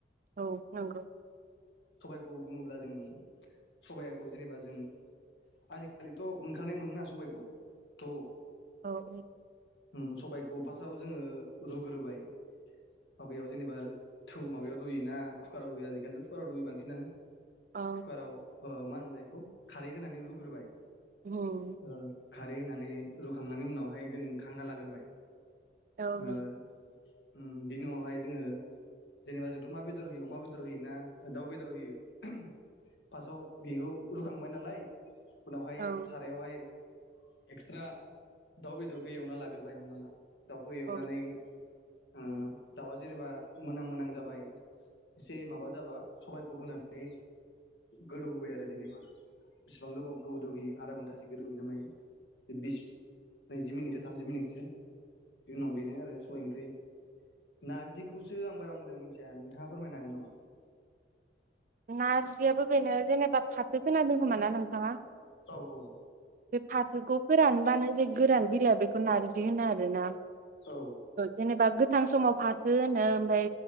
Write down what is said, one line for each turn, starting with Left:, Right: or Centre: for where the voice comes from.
Right: औ नोंगौ
Left: -खौ बुङोब्ला जों सबायाखौ जेनेबा जों आजिखालिथ' उनखानाय मोनोना सबाइखौ त'
Right: औ औ
Left: उम सबायखौ फार्स्टआव जोङो रुग्रोबाय माबायाव जेनेबा थु माबायाव रुयो ना कुकाराव रुयो आजिखालिथ कुकाराव रुयो बांसिनानो
Right: औ
Left: कुकाराव ओ मा होनोमलाय बेखौ खारै होनानै रुग्रोबाय
Right: उम
Left: ओ खारै होनानै रुखांनायनि उनावहाय जों खांना लाग्रोबाय
Right: औ
Left: ओ
Right: नों
Left: उम बिनि उनावहाय जोङो जेनेबा जोंथ मा बेदर होयो अमा बेदर होयो ना दाउ बेदर होयो फासआव बेखौ रुखांबाय नालाय उनावहाय
Right: औ
Left: सारायावहाय एक्सट्रा दाउ बेदरखौ एवना लाग्रोबाय हमना ला दाउखौ एवनानै
Right: औ
Left: उम दाउआ जेनेबा मोनहां मोनहां जाबाय एसे माबा जाबा सबायखौ होनानै गोदौ होबाय आरो जेनेबा बेसिबां गोबाव गोदौ होयो आधा घन्टासो गोदौहोयोना मायो बिस नैजि मिनिटसो थामजि मिनिटसो बेनि उनाव बेनो आरो सबाइ ओंख्रि, नारजिखौसो आं बारा मोजां मिथिया नोंथाङा फोरमायनो हागोन नामा?
Right: नारजियाबो बेनो, जेनेबा फाथो गोनादों खोमा ना नोंथाङा?
Left: औ-औ
Right: बे फाथोखौ फोरानबानो जे गोरान बिलाइ बेखौ नारजि होनो आरो ना।
Left: औ
Right: जेनेबा गो- -थां समाव फाथो होनो ओमफाय